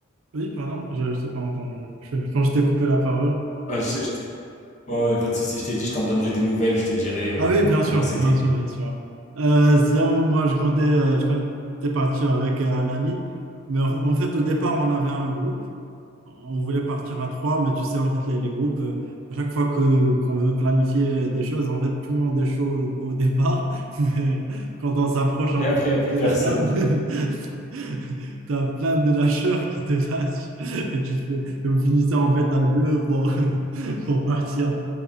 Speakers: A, on the right (about 75°); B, on the left (about 35°).
A: Oui, pardon, je ne t'ai pas entendu. Je, je pense que je t'ai coupé la parole.
B: Ah, je je oh, y a pas de souci, je t'ai dit, je t'en donnerai des nouvelles, je te dirai, heu,
A: Ah oui, bien
B: comment
A: sûr,
B: c'était.
A: bien sûr, bien sûr. Euh, sinon, moi, je comptais, euh, je comptais partir avec euh, un ami. Mais en, en fait, au départ, on avait un groupe. On voulait partir à trois, mais tu sais, en fait, les, les groupes, euh, à chaque fois que qu'on veut planifier des choses, en fait, tout le monde est chaud au, au départ. <laughs> Mais quand on s'approche un
B: Et après,
A: peu
B: il
A: de,
B: y a plus personne.
A: de la date, <laughs> tu as plein de lâcheurs qui te lâchent et tu te fais- et vous finissez en fait à deux pour, <laughs> pour partir.